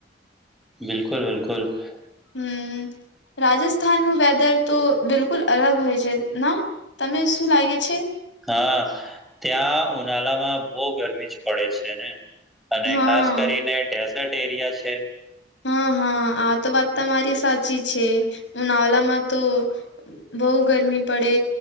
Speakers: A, in the centre; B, on the left.
A: બિલકુલ બિલકુલ
B: હમ રાજસ્થાન નું વેદર તો બિલકુલ અલગ હોય છે ના તમે શું લાગે છે.
A: હા ત્યાં ઉનાળા માં બહુ ગરમી જ પડે છે ને અને
B: હા
A: ખાસ કરીને ડેઝર્ટ એરિયા છે.
B: હા હા આ તો વાત તમા મારી સાચી છે ઉનાલામાં તો બહુ ગરમી પડે